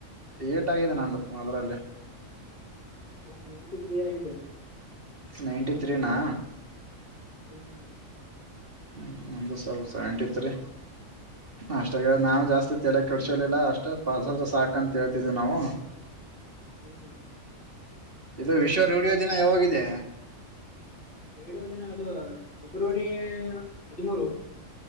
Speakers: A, on the right (about 45°); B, on the left (about 40°).
A: ಏಟ್ ಆಗಿದೆ ನಂದು ಮದಲ್ಲ್ ಅಲೇ
B: ನಮ್ಮ ನೈಟ್ ಫ್ರೀ ಆಗಿದ್ದೆ
A: ನೈನ್ಟಿ ತ್ರೀನಾ
B: ಹುಂ
A: ಹುಂ ನಂಬ ಸ ಸೈಂಟತ್ರಿ ಅಷ್ಟರಾಗ ನಾವು ಜಾಸ್ತಿ ತಲೆ ಕಡಸಲಿಲ್ಲ ಅಷ್ಟೇ ಪಾರ್ಸಲ್ದೆ ಸಾಕಂತ ಹೇಳ್ತಿದ್ದವು ನಾವು <inaudible>
B: ಹುಂ
A: ಇದು ವಿಶ್ವ ರೇಡಿಯೋ ದಿನ ಯಾವಾಗಿದೆ
B: ರೇಡಿಯೋ ದಿನ ಅದು ಫೆಬ್ರವರಿ ಗೇ ಹದಿಮೂರು